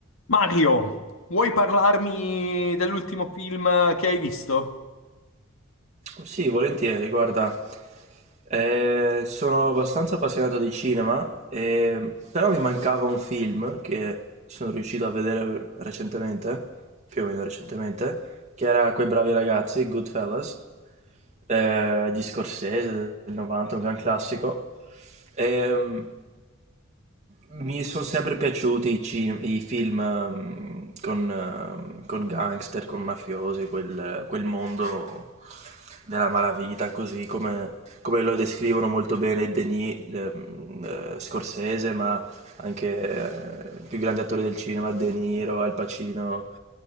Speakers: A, on the left (about 70°); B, on the right (about 35°).
A: Mario, vuoi parlarmi dell'ultimo film che hai visto?
B: Sì, volentieri, guarda, eh, sono abbastanza appassionato di cinema, eh, però mi mancava un film che sono riuscito a vedere recentemente, più o meno recentemente, che era Quei bravi ragazzi, Goodfellas, eh, di Scorsese del 90, un gran classico. Ehm, mi sono sempre piaciuti i, cin- i film ehm, con, ehm, con gangster, con mafiosi, quel, quel mondo della malavita, così come, come lo descrivono molto bene Denis, ehm, eh, Scorsese, ma anche eh, i più grandi attori del cinema, De Niro, Al Pacino,